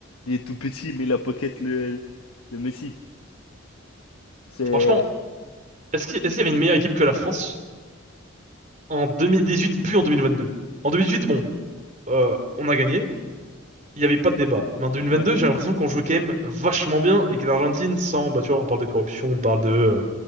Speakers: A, on the left; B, on the right.
A: Il est tout petit, mais il a pocket le, le Messi. C'est,
B: Franchement, est-ce qu'il est-ce qu'il y avait une meilleure équipe que la France en 2018, puis en 2022? En 2018, bon, euh, on a gagné, il n'y avait pas de débat. Mais en deux mille vingt-deux,
A: ouais.
B: j'ai l'impression qu'on jouait quand même vachement bien et que l'Argentine, sans... Bah tu vois, on parle de corruption, on parle de... euh,